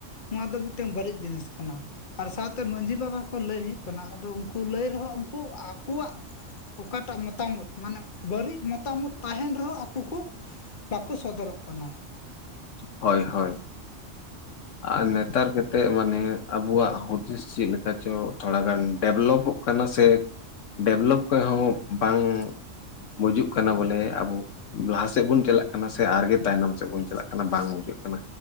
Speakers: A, on the left; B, on the left.
A: ᱱᱚᱣᱟ ᱫᱚ ᱢᱤᱫᱴᱟᱹᱝ ᱵᱟᱹᱲᱤᱡ ᱡᱤᱱᱤᱥ ᱠᱟᱱᱟ ᱾ ᱟᱨ ᱥᱟᱶᱛᱮ ᱢᱟᱺᱡᱷᱤ ᱵᱟᱵᱟ ᱠᱚ ᱞᱟᱹᱭ ᱦᱩᱭᱩᱜ ᱠᱟᱱᱟ ᱟᱫᱚ ᱩᱱᱠᱩ ᱞᱟᱹᱭ ᱨᱮᱦᱚᱸ ᱩᱱᱠᱩ ᱣᱟᱜ ᱚᱠᱟᱴᱟᱜ ᱢᱚᱛᱟᱢᱚᱛ, ᱢᱟᱱᱮ ᱵᱟᱹᱲᱤᱡ ᱢᱚᱛᱟᱢᱚᱛ ᱛᱟᱦᱮᱱ ᱨᱮᱦᱚᱸ ᱟᱠᱚ ᱠᱚ ᱵᱟᱠᱚ ᱥᱚᱫᱚᱨᱚᱜ ᱠᱟᱱᱟ ᱾
B: ᱦᱳᱭ ᱦᱳᱭ ᱾
A: <inaudible>
B: ᱟᱨ ᱱᱮᱛᱟᱨ ᱠᱟᱛᱮᱫ ᱢᱟᱱᱮ ᱟᱵᱚᱣᱟᱜ ᱦᱩᱫᱤᱥ ᱪᱮᱫ ᱞᱮᱠᱟ ᱪᱚ ᱛᱷᱚᱲᱟ ᱜᱟᱱ ᱰᱮᱵᱷᱞᱚᱯᱚᱜ ᱠᱟᱱᱟ ᱥᱮ ᱰᱮᱵᱷᱞᱚᱯ ᱠᱷᱚᱡ ᱦᱚᱸ ᱵᱟᱝ ᱵᱩᱡᱩᱜ ᱠᱟᱱᱟ ᱵᱚᱞᱮ ᱟᱵᱚ ᱞᱟᱦᱟ ᱥᱮᱫ ᱵᱚᱱ ᱪᱟᱞᱟᱜ ᱠᱟᱱᱟ ᱥᱮ ᱟᱨᱜᱮ ᱛᱟᱭᱱᱚᱢ ᱥᱮᱫ ᱵᱚᱱ ᱪᱟᱞᱟᱜ ᱠᱟᱱᱟ ᱾ ᱚᱱᱟ ᱵᱟᱝ ᱵᱩᱡᱷᱟᱹᱜ ᱠᱟᱱᱟ,